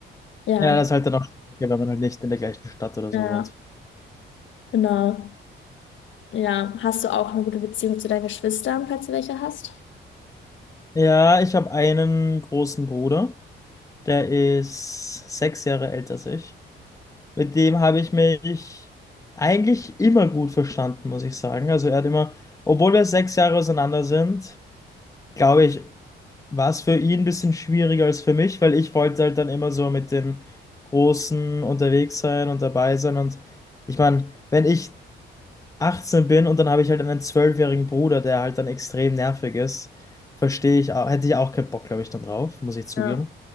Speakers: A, on the left; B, on the left.
A: Ja,
B: Ja, das ist halt dann auch schwieriger, wenn man halt nicht in der gleichen Stadt oder
A: ja,
B: so wohnt.
A: genau. Ja, hast du auch eine gute Beziehung zu deinen Geschwistern, falls du welche hast?
B: Ja, ich habe einen großen Bruder, der ist sechs Jahre älter als ich. Mit dem habe ich mich eigentlich immer gut verstanden, muss ich sagen. Also er hat immer, obwohl wir sechs Jahre auseinander sind, glaube ich, war es für ihn ein bisschen schwieriger als für mich, weil ich wollte halt dann immer so mit dem Großen unterwegs sein und dabei sein. Und ich meine, wenn ich 18 bin und dann habe ich halt einen zwölfjährigen Bruder, der halt dann extrem nervig ist, verstehe ich auch, hätte ich auch keinen Bock, glaube ich, dann drauf, muss ich zugeben.
A: Ja,